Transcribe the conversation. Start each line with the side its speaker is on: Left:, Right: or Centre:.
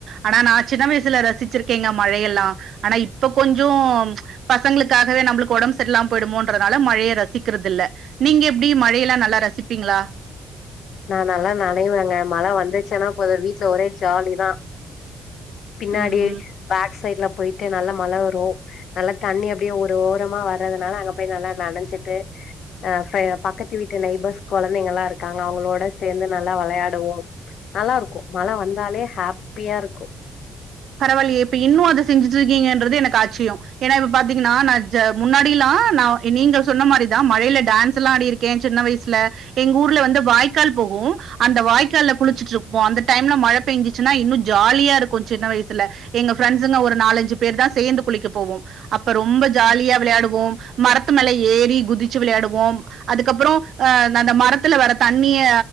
Right: ஆனா நா சின்ன வயசுல ரசிச்சிருக்கேங்க மழையெல்லா ஆனா இப்ப கொஞ்ச பசங்களுக்காகவே நம்பளுக்கு ஒடம்பு செரில்லாம போயிடுமோன்றதுனால மழைய ரசிக்கிறது இல்ல நீங்க எப்டி மழையெல்லா நல்லா ரசிப்பீங்களா
Left: நா நல்லா நனைவேங்க மழ வந்துச்சுனா போது வீட்ல ஒரே ஜாலி தா பின்னாடி
Right: ம் ம்.
Left: பேக் சைட்ல போயிட்டு நல்லா மழ வரு நல்லா தண்ணி அப்டியே ஒரு ஓரமா வர்றதுனால அங்க போய் நல்லா நனைஞ்சிட்டு அ ஃப பக்கத்து வீட்டு நெய்பர்ஸ் கொழந்தைங்கலா இருக்காங்க அவ்ங்களோட சேந்து நல்லா வெளையாடுவோ நல்லா இருக்கு மழ வந்தாலே ஹாப்பியா இருக்கு
Right: பரவால்லையே இப்ப இன்னு அத செஞ்சுட்ருக்கீங்கன்றது எனக்கு ஆச்சிய ஏனா இப்ப பாத்தீங்கனா நா ஜ முன்னாடிலா நா நீங்க சொன்ன மாரிதா மழைல டான்ஸெல்லா அடிருக்க கே சின்ன வயசுல எங்க ஊர்ல வந்து வாய்க்கால் போகு அந்த வாய்க்கால்ல குளிச்சிட்டுருப்போ அந்த டைம்ல மழ பெய்ஞ்ச்சுன்னா இன்னோ ஜாலியா இருக்கோ சின்ன வயசு ல எங்க ஃப்ரெண்ட்ஸுங்க ஒரு நாலஞ்சு பேர்தா சேந்து குளிக்க போவோ அப்ப ரொம்போ ஜாலியா விளையாடுவோம் மரத்து மேல ஏறி குதிச்சு விளையாடுவோம் அதுக்கப்புறோ அ அந்த மரத்துல வர தண்ணிய